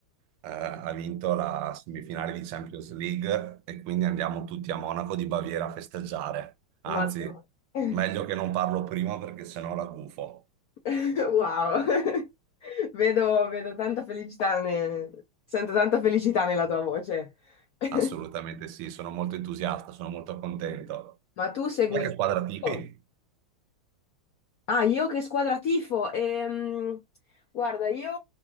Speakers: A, on the right; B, on the left.
A: eh, ha vinto la semifinale di Champions League e quindi andiamo tutti a Monaco di Baviera a festeggiare. Anzi,
B: Ma- <laughs>
A: meglio che non parlo prima perché sennò la gufo.
B: Wow, <laughs> vedo, vedo tanta felicità, ne- sento tanta felicità nella tua voce. <laughs>
A: Assolutamente sì, sono molto entusiasta, sono molto contento.
B: Ma tu segui
A: E che
B: il...
A: squadra tifi?
B: calcio? Ah, io che squadra tifo? Ehm, guarda, io